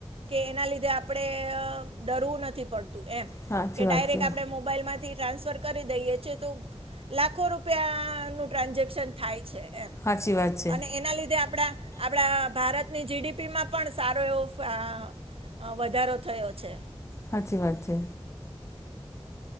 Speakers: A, on the right; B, on the left.
A: કે એના લીધે આપણે અ ડરવું નથી પડતું એમ
B: સાચી
A: કે
B: વાત
A: ડાયરેક્ટ
B: છે
A: આપડે મો બાઈલ માંથી ટ્રાન્સફર કરી દઈએ છે તો લાખો રૂપિયાનું ટ્રાન્ઝેક્શન થાય છે એમ
B: સાચી વાત છે
A: અને એના લીધે આપડા આપણા ભારતની જીડીપીમાં પણ સારો એવો ફા વધારો થયો છે.
B: હાચી વાત છે.